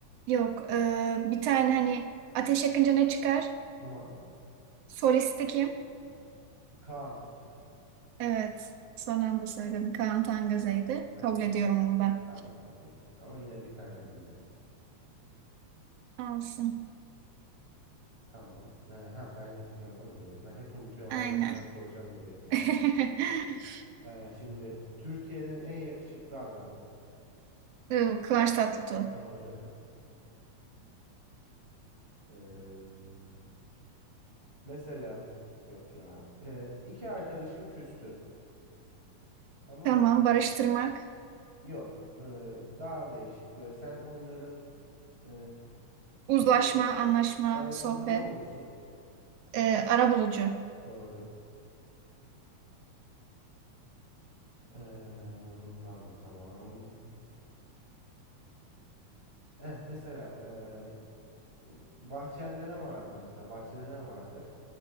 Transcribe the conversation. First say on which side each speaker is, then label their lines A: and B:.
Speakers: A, on the right; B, on the right.
A: Yok e, bir tane hani ateş yakınca ne çıkar?
B: duman,
A: Solisti kim?
B: Kaan.
A: Evet. Son anda söyledim. Kaan Tangöze'ydi.
B: Evet.
A: Kabul ediyorum onu da.
B: Tamam, okey. Ama yine bir tane bildim.
A: Olsun.
B: Tamam. Ee, ha ben yapacağım değil mi? Doğru. Ben hep unutuyorum
A: Aynen.
B: hala sen soracaksın diye bekliyorum.
A: <laughs>
B: Ee, şimdi Türkiye'nin en yakışıklı adamı.
A: Iı, Kıvanç Tatlıtuğ.
B: <laughs> Doğru. Ee, mesela yok ya. Ee, iki arkadaşın küstü. Tamam
A: Tamam.
B: mı?
A: Barıştırmak.
B: Yok, e, daha değişik. Böyle sen onların e,
A: Uzlaşma,
B: ara-
A: anlaşma,
B: arasında
A: sohbet.
B: ne olursun?
A: E, arabulucu.
B: Doğru. E, bunu da anlatamam. Eh mesela e, bahçende ne vardır mesela? Bahçede ne vardır?